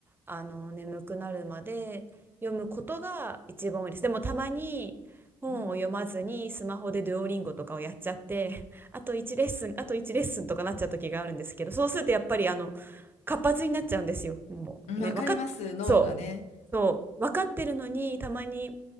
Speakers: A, on the right; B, on the left.
A: あの眠くなるまで読むことが一番多いですでもたまに本を読まずにスマホでデュオリンゴとかをやっちゃってあと1レッスンあと1レッスンとかなっちゃう時があるんですけどそうするとやっぱりあの
B: うん。
A: 活発になっちゃうんですよ。もうね、
B: うんわかります、
A: わかっ、
B: 脳がね。
A: そう、そう、分かってるのに、たまに、